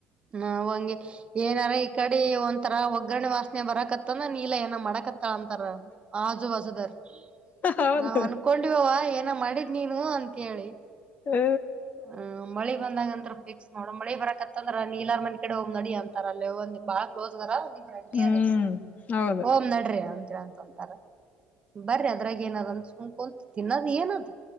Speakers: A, on the right; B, on the left.
A: ನಾವು ಹಂಗೆ ಏನಾರ ಈ ಕಡೆ ಒಂತರ ಒಗ್ಗರಣೆ ವಾಸನೆ ಬರಕತ್ತಂದ್ರ ನೀ ಇಲ ಏನ ಮಾಡಕತ್ತಿ <unintelligible> ಅಂತಾರ ಆಜು ಬಾಜುದರ್.
B: ಹೌದು
A: ನಾವ್ ಅನ್ಕೊಂಡಿವವ ಏನ ಮಾಡಿದ್ ನೀನು ಅಂತ ಹೇಳಿ.
B: ಹ್ಮ
A: ಅಂ ಮಳಿ ಬಂದಾಗ ಅಂತ್ರೂ ಫಿಕ್ಸ್ ನೋಡು ಮಳಿ ಬರಕತ್ತಂದ್ರ ನೀಲರ್ ಮನಿ ಕಡೆ ಹೋಗಮ್ ನಡಿ ಅಂತಾರ ಅಲ್ಲೆ ಒಂದು ಬಾಳ ಕ್ಲೋಸ್ ಅದಾರ. ಇಬ್ಬರ ಅಂಟಿಯರು
B: ಹ್ಮ್ ಹೌದು
A: ಹೋಮ್ ನಡ್ರಿ ಅಂತ ಹೇಳ ಅಂತ ಅಂದ. ಬರಿ ಅದ್ರಾಗ ಏನ್ ಅದ ಸುಮ್ಕೊಂತ ತಿನ್ನೋದ ಏನ ಆದ.